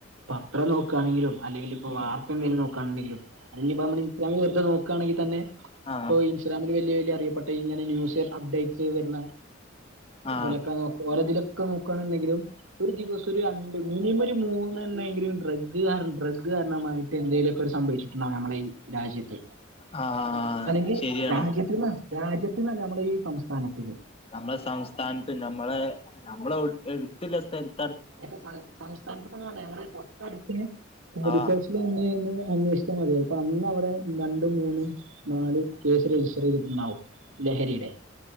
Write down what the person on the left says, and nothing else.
ഉം
ആഹ... !
ആഹ്
ആഹ്
ശരിയാണ്
നമ്മളെ സംസ്ഥാനത്ത് നമ്മളെ, നമ്മളെ എടുത്തുള്ള സ്ഥലത്ത്-
ആഹ്